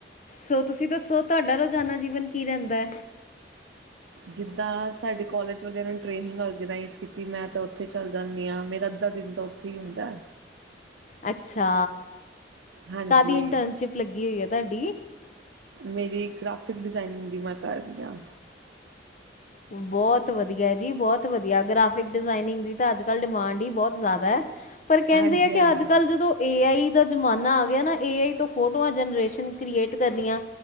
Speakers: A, on the left (about 40°); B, on the right (about 85°).
A: ਸੋ ਤੁਸੀਂ ਦੱਸੋ ਤੁਹਾਡਾ ਰੋਜ਼ਾਨਾ ਜੀਵਨ ਕੀ ਰਹਿੰਦਾ?
B: ਜਿੱਦਾਂ ਸਾਡੇ ਕੋਲਜ ਵੇਗੇਰਾ ਨੇ ਟ੍ਰੇਨਿੰਗ ਔਰਗਨਾਈਜ਼ ਕੀਤੀ ਮੈਂ ਤਾਂ ਉੱਥੇ ਚੱਲ ਜਾਂਦੀ ਹਾਂ ਮੇਰਾ ਅੱਧਾ ਦਿਨ ਤਾਂ ਉ ਕੀ ਹੁੰਦਾ।
A: ਅੱਛਾ
B: ਹਾਂਜੀ
A: ਕਾਹਦੀ ਇੰਟਰਨਸ਼ਿਪ ਲੱਗੀ ਹੋਈ ਹੈ ਤੁਹਾਡੀ।
B: ਮੇਰੀ ਗ੍ਰਾਫਿਕ ਡਿਜ਼ਾਇਨਿੰਗ ਦੀ ਮੈਂ ਕਰ ਰਹੀ ਹਾਂ।
A: ਬਹੁਤ ਵਧਿਆ ਜੀ ਬਹੁਤ ਵਧਿਆ ਗ੍ਰਫਿਕ ਡਿਜ਼ਨਿੰਗ ਦੀ ਅਜ ਕਲ ਡਿਮਾਂਡ ਹੀ ਬਹੁਤ ਜ਼ਿਆਦਾ। ਪਰ ਕਹਿੰਦੇ
B: ਹਾਂਜੀ-ਹਾਂਜੀ,
A: ਆ ਕਿ ਅੱਜ
B: ਹਾਂਜੀ।
A: ਕੱਲ੍ਹ ਜਦੋਂ ਏ ਆਈ ਦਾ ਜ਼ਮਾਨਾ ਆ ਗਿਆ ਨਾ ਏ ਆਈ ਤੋਂ ਫੋਟੋਆਂ ਜਨਰੇਸ਼ਨ ਕ੍ਰੀਏਟ ਕਰਨੀਆਂ